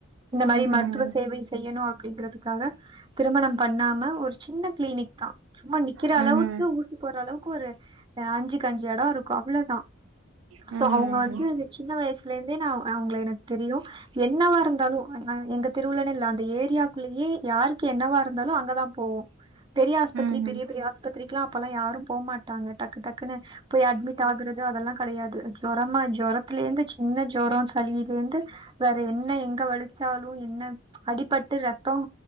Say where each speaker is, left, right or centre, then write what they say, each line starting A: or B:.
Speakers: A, on the right; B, on the right.
A: இந்த மாரி
B: ம்.
A: மருத்துவ சேவை செய்யணு அப்படிங்கறதுக்காக திருமணம் பண்ணாம ஒரு சின்ன கிளினிக் தா சும்மா நிக்குற
B: ம்.
A: அளவுக்கு ஊசி போற்ற அளவுக்கு ஒரு ஆ அஞ்சுக்கு அஞ்சு எடொ இருக்கும் அவ்ளோதா
B: ம்.
A: சோ அவுங்க வந்து
B: ம்.
A: சின்ன வயஸ்லருந்தே நா அவுங்கள எனக்கு தெரியு என்னவா இருந்தாலு நா எங்க தெருவுலன்னுல்ல அந்த ஏரியாக்குள்ளேயே யாருக் க்கு என்னவா இருந்தாலு அங்கதா போவோ பெரிய ஆஸ்பித்திரி
B: ம்
A: பெரிய
B: ம்
A: பெரிய ஆஸ்பித்திரி க்கே அப்பெல்லா யாரும் போ மாட்டாங்க டக்கு டக்குன்னு போய் அட்மிட் ஆகுறது அதெல்லா கெடையாது ஜொரமா ஜொரத்துலேந்து சின்ன ஜொ ஜொறொ சலிலருந்து வேற என்ன எங்க வலிக் ன்னாலு என்ன அடிபட்டு ரத்தொ